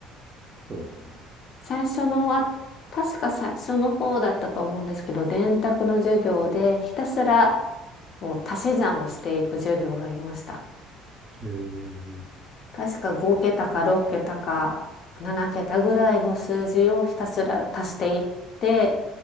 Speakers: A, on the right; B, on the left.
A: そうだね。
B: 最初のあ、確か最初の方だったと思うんですけど、電卓の授業でひたすらこう足し算をしていく授業がありました。
A: えー、
B: 確か5桁か6桁か7桁ぐらいの数字をひたすら足していって、